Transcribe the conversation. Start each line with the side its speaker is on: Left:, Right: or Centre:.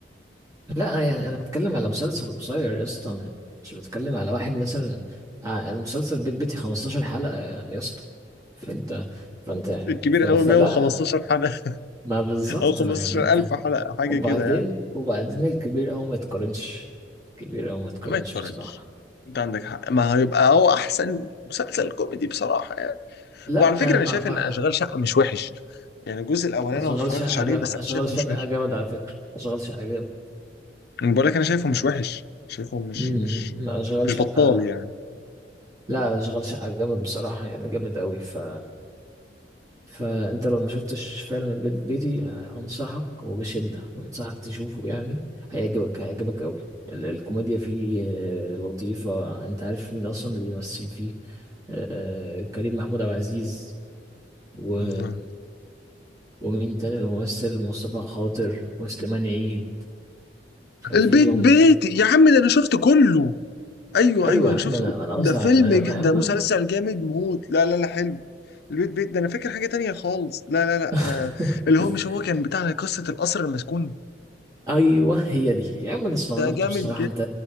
Right: لا يعني انا بتكلم على مسلسل قصير يا اسطى مش بتكلم على واحد مثلا آه، المسلسل بيت بيتي 15 حلقة يا يا اسطى فانت فانت
Left: <laughs> الكبير
Right: ف-
Left: قوي
Right: فلا
Left: 115 حلقه
Right: ما بالظبط
Left: او 15000
Right: يعني انت
Left: حلقه حاجه
Right: وبعدين
Left: كده يعني
Right: وبعدين الكبير أوي ما يتقارنش كبير أوي ما يتقارنش
Left: ما يتقارنش
Right: بصراحة
Left: انت عندك حق ما هيبقى هو احسن مسلسل كوميدي بصراحه يعني.
Right: لا
Left: وعلى فكره
Right: آه،
Left: انا
Right: ما
Left: شايف
Right: ما
Left: ان اشغال شقه مش وحش يعني الجزء الاولاني
Right: أشغال
Left: انا ما اتفرجتش
Right: شقة
Left: عليه
Right: جا-
Left: بس انا
Right: أشغال
Left: شايفه
Right: شقة
Left: مش وحش
Right: جامد على فكرة أشغال شقة جامد
Left: انا بقول لك انا شايفه
Right: يعني
Left: مش وحش شايفه مش
Right: امم
Left: مش
Right: ما أشغال
Left: مش
Right: شقة
Left: بطال يعني
Right: لا أشغال شقة جامد بصراحة يعني جامد أوي ف فأنت لو ما شفتش فعلا البيت بيتي آه، أنصحك وبشدة أنصحك تشوفه يعني هيعجبك هيعجبك أوي ال- الكوميديا فيه آه، لطيفة أنت عارف مين أصلا اللي بيمثل فيه آه، كريم محمود عبد العزيز و...
Left: مم.
Right: ومين تاني الممثل مصطفى خاطر وسليمان عيد ففيهم
Left: البيت بيت يا عم ده انا شفت كله ايوه
Right: ايوه
Left: ايوه
Right: يا
Left: انا
Right: عم
Left: شفت
Right: انا
Left: كله.
Right: انا قصدي
Left: ده
Right: على-
Left: فيلم
Right: انا
Left: ج...
Right: انا
Left: ده
Right: أما-
Left: مسلسل جامد موت لا لا لا حلو البيت بيت ده انا فاكر حاجه تانية خالص لا لا لا
Right: <laughs>
Left: انا اللي هو مش هو كان بتاع قصه القصر المسكون
Right: ايوه هي دي يا عم انا استغربت
Left: ده جامد
Right: بصراحه انت